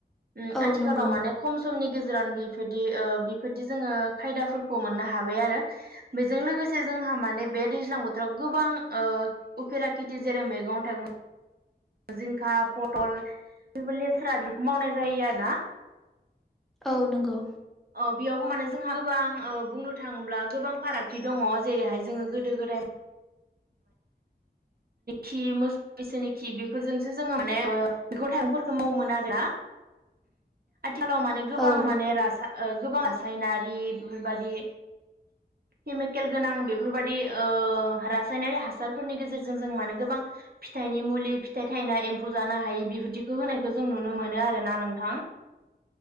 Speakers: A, on the right (about 60°); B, in the centre.
A: उ
B: औ
A: आथिखालाव
B: नंगौ
A: माने खम समनि गेजेरावनो बेफोरदि ओ बेफोरदि जोङो खायदाफोरखौ मोननो हाबाय आरो। बेजों लोगोसे जोंहा माने बे दैज्लां बोथोराव गोबां ओ उफेरा खेथि जेरै मैगं थाइगं जिंखा पटल बेबो लेस्रा बेफोरखौ मावनाय जायो आरो ना
B: औ नंगौ
A: ओ बेयावबो माने जोंहा गोबां बुंनो थाङोब्ला गोबां फारागथि दङ जेरैहाय जोङो गोदो गोदाय
B: <inaudible>
A: खि मोसौ बिसनिखि बेफोरजोंसो जोङो माने मैगं थाइगंफोरखौ मावोमोन आरो ना। आथिखालाव माने गोबां
B: औ
A: माने गोबां रासायनारि बेफोरबादि केमिकेल गोनां बेफोरबायदि ओ रासायनारि हासारफोरनि गेजेरजों जों माने गोबां फिथाइनि मुलि फिथाइ थायना एम्फौ जानो हायि बेफोरदिखौ होनायखौ जों नुनो मोनो आरोना नोंथां।